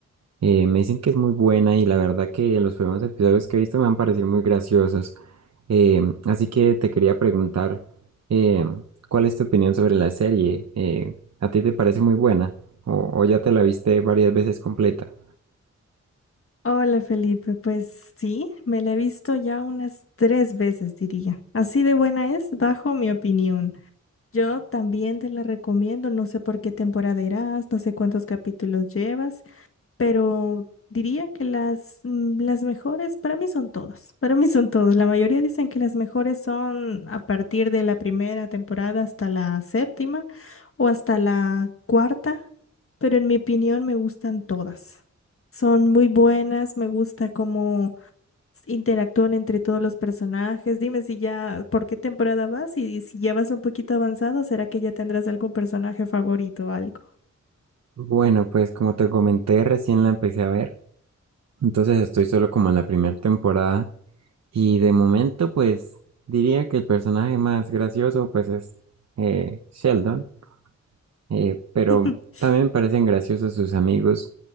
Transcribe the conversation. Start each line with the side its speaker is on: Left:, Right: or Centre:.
Right: Eh, me dicen que es muy buena y la verdad que los primeros episodios que he visto me han parecido muy graciosos. Eh, así que te quería preguntar, eh, ¿cuál es tu opinión sobre la serie? Eh, ¿a ti te parece muy buena o, o ya te la viste varias veces completa?
Left: Hola Felipe, pues sí, me la he visto ya unas tres veces, diría. Así de buena es, bajo mi opinión. Yo también te la recomiendo, no sé por qué temporada irás, no sé cuántos capítulos llevas, pero diría que las, mm, las mejores, para mí son todas, para mí son todas. La mayoría dicen que las mejores son a partir de la primera temporada hasta la séptima o hasta la cuarta, pero en mi opinión me gustan todas. Son muy buenas, me gusta cómo interactúan entre todos los personajes. Dime si ya, ¿por qué temporada vas? Y si ya vas un poquito avanzado, ¿será que ya tendrás algún personaje favorito o algo?
Right: Bueno, pues como te comenté, recién la empecé a ver, entonces estoy solo como en la primera temporada y de momento pues diría que el personaje más gracioso pues es eh, Sheldon. Eh, pero
Left: <laughs>
Right: también me parecen graciosos sus amigos,